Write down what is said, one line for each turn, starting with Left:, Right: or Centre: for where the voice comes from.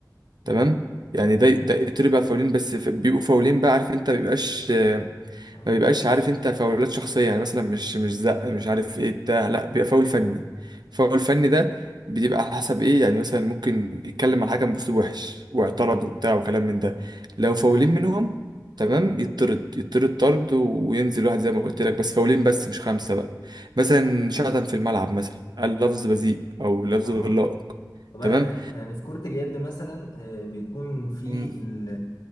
Right: تمام
Left: امم
Right: يعني ده ده يطرد بعد فاولين بس ف- بيبقوا فاولين بقى عارف انت ما بيبقاش
Left: امم
Right: ما بيبقاش عارف انت فاولات شخصيه يعني مثلا مش مش زق مش عارف ايه بتاع لا بيبقى فاول فني فاول فني ده بيبقى على حسب ايه يعني مثلا ممكن يتكلم مع الحكم باسلوب وحش واعترض
Left: امم
Right: وبتاع وكلام من ده لو فاولين منهم تمام يطرد يطرد طرد و- وينزل واحد زي ما قلت لك بس فاولين بس مش خمسه بقى مثلا شتم في الملعب مثلا قال لفظ بذيء او لفظ
Left: اه
Right: غير لائق
Left: طب
Right: تمام
Left: أنا- يعني في كرة اليد مثلا آه، بيكون في
Right: مم.
Left: ال-